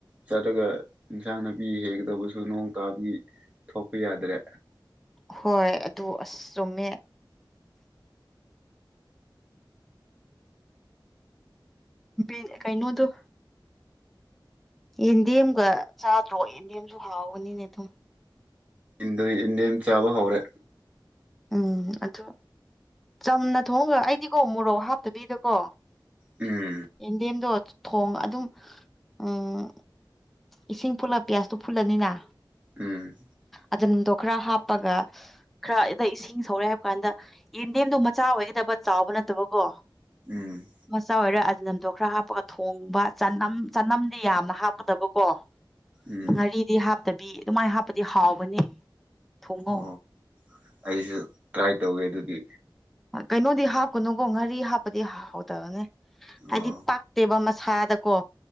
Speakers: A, on the right; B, in the centre.
A: ꯆꯠꯂꯒ ꯏꯟꯁꯥꯡ ꯅꯥꯄꯤ ꯍꯦꯛꯒꯗꯕꯁꯨ ꯅꯣꯡ ꯇꯥꯕꯒꯤ ꯊꯣꯛꯄ ꯌꯥꯗ꯭ꯔꯦ
B: ꯍꯣꯏ ꯑꯗꯨ ꯑꯁ ꯆꯨꯝꯃꯦ ꯕꯤꯟ ꯀꯩꯅꯣ ꯑꯗꯨ ꯌꯦꯟꯗꯦꯝꯒ ꯆꯥꯗ꯭ꯔꯣ ꯌꯦꯟꯗꯦꯝꯁꯨ ꯍꯥꯎꯕꯅꯤꯅꯦ ꯑꯗꯨꯝ
A: ꯏꯟꯗꯔꯤ ꯏꯟꯗꯦꯝ ꯆꯥꯕ ꯍꯧꯔꯦ
B: ꯎꯝ ꯑꯗꯨ ꯆꯝꯅ ꯊꯣꯡꯒ ꯑꯩꯗꯤꯀꯣ ꯃꯣꯔꯣꯛ ꯍꯥꯞꯇꯕꯤꯗꯀꯣ
A: ꯎꯝ
B: ꯌꯦꯟꯗꯦꯝꯗꯣ ꯊꯣꯡ ꯑꯗꯨꯝ ꯎꯝ ꯏꯁꯤꯡ ꯐꯨꯜꯂ ꯄꯤꯌꯥꯁꯇꯣ ꯐꯨꯜꯂꯅꯤꯅ
A: ꯎꯝ
B: ꯑꯗꯣ <unintelligible> ꯈꯔ ꯍꯥꯞꯄꯒ ꯈꯔ ꯗ ꯏꯁꯤꯡ ꯁꯧꯔꯦ ꯍꯥꯏꯕ ꯀꯥꯟꯗ ꯌꯦꯟꯗꯦꯝꯗꯣ ꯃꯆꯥ ꯑꯣꯏꯒꯗꯕ ꯆꯥꯎꯕ ꯅꯠꯇꯕꯀꯣ
A: ꯎꯝ
B: ꯃꯆꯥ ꯑꯣꯏꯔ ꯑꯖꯤꯅꯝꯗꯣ ꯈꯔ ꯍꯥꯞꯄꯒ ꯊꯣꯡꯕ ꯆꯅꯝ ꯆꯅꯝꯗꯤ ꯌꯥꯝꯅ ꯍꯥꯞꯀꯗꯕꯀꯣ
A: ꯎꯝ
B: ꯉꯥꯔꯤꯗꯤ ꯍꯥꯞꯇꯕꯤ ꯑꯗꯨꯃꯥꯏ ꯍꯥꯞꯄꯗꯤ ꯍꯥꯎꯕꯅꯦ ꯊꯣꯡꯉꯣ
A: ꯑꯣ ꯑꯩꯁꯨ ꯇ꯭ꯔꯥꯏ ꯇꯧꯒꯦ ꯑꯗꯨꯗꯤ
B: ꯀꯩꯅꯣꯗꯤ ꯍꯥꯞꯀꯨꯅꯨꯀꯣ ꯉꯥꯔꯤ ꯍꯥꯞꯄꯗꯤ ꯍꯥꯎꯗꯕꯅꯦ ꯍꯥꯏꯗꯤ
A: ꯑꯣ
B: ꯄꯥꯛꯇꯦꯕ ꯃꯁꯥꯗꯀꯣ